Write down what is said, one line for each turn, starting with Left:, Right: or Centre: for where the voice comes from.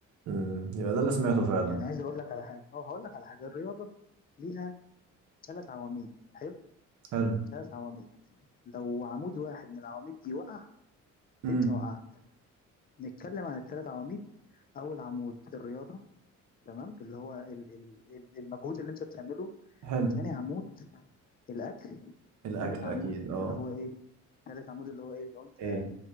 Right: امم يبقى ده اللي سمعته فعلا
Left: يعني عايز اقول لك على حاجه اه هقول لك على حاجه الرياضه ليها ثلاث عواميد حلو
Right: حلو
Left: ثلاث عواميد لو عمود واحد من العواميد دي وقع
Right: امم
Left: انت وقعت نتكلم عن الثلاث عواميد اول عمود الرياضه تمام اللي هو ال- ال- ال- المجهود اللي انت بتعمله
Right: حلو
Left: ثاني عمود الاكل
Right: الاكل
Left: ثالث عمود
Right: اكيد اه
Left: اللي هو ايه ثالث عمود اللي هو ايه لو انت
Right: ايه